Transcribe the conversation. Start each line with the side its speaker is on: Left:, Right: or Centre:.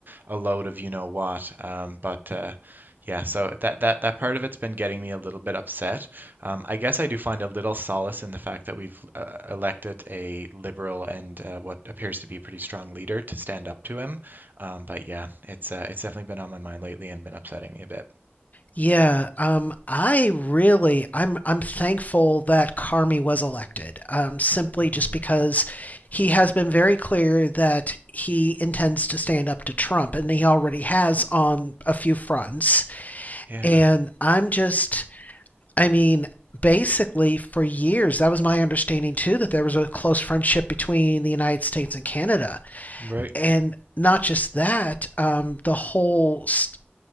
Right: a load of you know what um, but uh, yeah so that that that part of it's been getting me a little bit upset um, I guess I do find a little solace in the fact that we've uh, elected a liberal and uh, what appears to be a pretty strong leader to stand up to him um, but yeah it's uh, it's definitely been on my mind lately and been upsetting me a bit
Left: Yeah, um, I really, I'm, I'm thankful that Carmi was elected, um, simply just
Right: hmm
Left: because he has been very clear that he intends to stand up to Trump, and he already has on a few fronts.
Right: Yeah,
Left: And I'm just, I mean, basically for years, that was my understanding too, that there was a close friendship between the United States and Canada
Right: right.
Left: and not just that, um, the whole st-